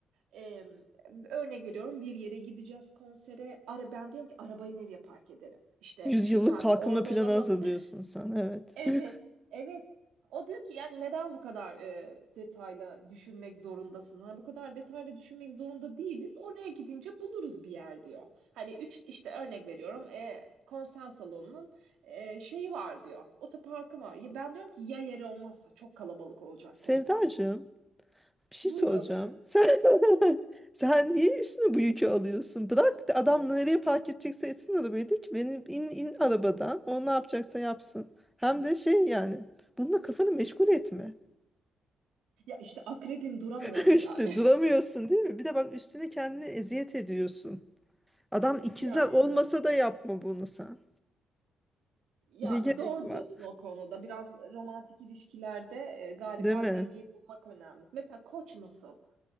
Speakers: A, on the right; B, in the centre.
A: Ee, örnek veriyorum bir yere gideceğiz konsere. Ara, ben diyorum ki arabayı nereye park edelim? İşte
B: Yüzyıllık
A: şu saatte
B: kalkınma
A: orada
B: planı
A: olalım.
B: hazırlıyorsun
A: <laughs>
B: sen. Evet.
A: Evet,
B: <laughs>
A: evet. O diyor ki yani neden bu kadar e, detaylı düşünmek zorundasın? Hani bu kadar detaylı düşünmek zorunda değiliz. Oraya gidince buluruz bir yer diyor. Hani üç işte örnek veriyorum e, konser salonunun e, şeyi var diyor. Otoparkı var. Ya ben diyorum ki ya yeri olmazsa çok kalabalık olacak
B: Sevdacığım,
A: konser.
B: bir şey
A: Buyurun.
B: soracağım.
A: <laughs>
B: Sen <laughs> sen niye üstüne bu yükü alıyorsun? Bırak da adam nereye park edecekse etsin arabayı de ki benim in in arabadan. O ne yapacaksa yapsın. Hem de şey yani bununla kafanı meşgul etme.
A: Ya işte akrebim duramıyorum
B: <laughs> İşte
A: yani.
B: duramıyorsun değil mi? Bir de bak üstüne kendini eziyet ediyorsun. Adam ikizler
A: Yani
B: olmasa
A: biraz.
B: da yapma bunu sen.
A: Ya
B: Ne gerek
A: doğru
B: var?
A: diyorsun o konuda. Biraz romantik ilişkilerde e, galiba
B: Değil mi?
A: dengeyi bulmak önemli. Mesela koç nasıl?